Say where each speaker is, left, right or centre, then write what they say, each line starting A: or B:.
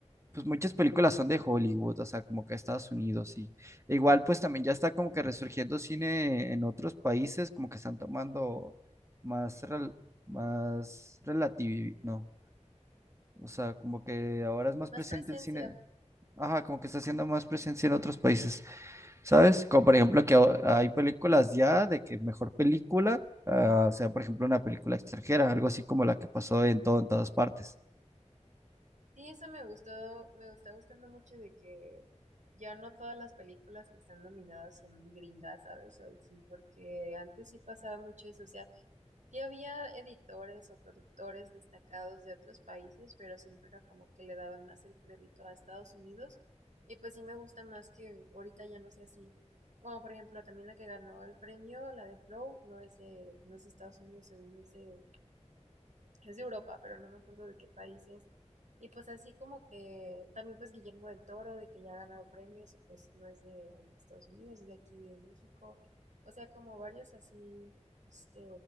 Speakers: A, on the right (about 25°); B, on the right (about 80°).
A: pues muchas películas son de Hollywood, o sea, como que Estados Unidos y e igual
B: <clears throat>
A: pues también ya está como que resurgiendo cine en otros países, como que están tomando más rel- más relativo, no. O sea, como que ahora es más
B: Más
A: presente
B: presencia.
A: el cine. Ajá, como que está siendo más presencia en otros países. ¿Sabes? Como por ejemplo que o- hay películas ya de que mejor película, ah, sea por ejemplo una película extranjera, algo así como la que pasó en todo, en todas partes.
B: Sí, eso me gustó, me está gustando mucho de que ya no todas las películas que están nominadas son gringas, ¿sabes? O sí, porque antes sí pasaba mucho eso, o sea, sí había editores o productores destacados de otros países, pero siempre era como que le daban más el crédito a Estados Unidos. Y pues sí me gusta más que ahorita ya no sea así. Bueno, por ejemplo, también la que ganó el premio, la de Flow, no es de, no es de Estados Unidos, según es de es de Europa, pero no me acuerdo de qué países. Y pues así como que también pues Guillermo del Toro, de que ya ha ganado premios, y pues no es de ahí de Estados Unidos, es de aquí de México. O sea, como varios así, este,